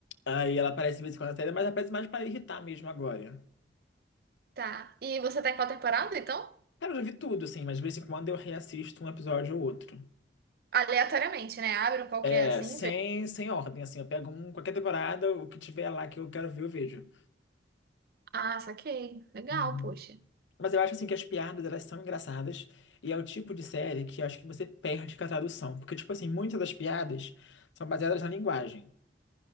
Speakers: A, on the left (about 85°); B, on the right (about 55°).
A: Aí ela aparece de vez em quando na série, mas aparece mais pra irritar mesmo agora.
B: tá. E você tá em qual temporada, então?
A: Cara, eu já vi tudo, assim, mas de vez em quando eu reassisto um episódio ou outro.
B: Aleatoriamente, né? Abre um qualquer
A: É,
B: assim
A: sem,
B: e vê.
A: sem ordem, assim, eu pego um, qualquer temporada, o que tiver lá que eu quero ver, eu vejo.
B: Ah, saquei. Legal,
A: Uhum.
B: poxa.
A: Mas eu acho assim que as piadas elas são engraçadas e é o tipo de série que eu acho que você perde com a tradução, porque tipo assim, muitas das piadas são baseadas na linguagem.